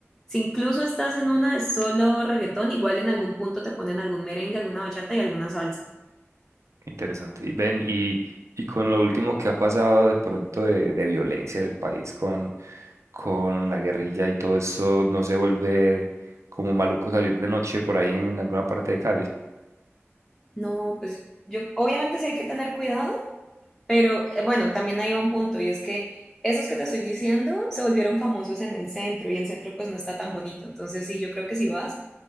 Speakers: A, in the centre; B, on the right.
A: si incluso estás en una de solo reggaetón, igual en algún punto te ponen algún merengue, alguna bachata y alguna salsa.
B: Qué Interesante. Y ven, y, y con lo último que ha pasado de pronto de, de violencia en el país con, con la guerrilla y todo eso, ¿no se vuelve como maluco salir de noche por ahí en alguna parte de Cali?
A: No, pues yo obviamente sí hay que tener cuidado Pero eh, bueno, también ahí va un punto y es que esos que te estoy diciendo se volvieron famosos en el centro y el centro pues no está tan bonito. Entonces sí, yo creo que si vas,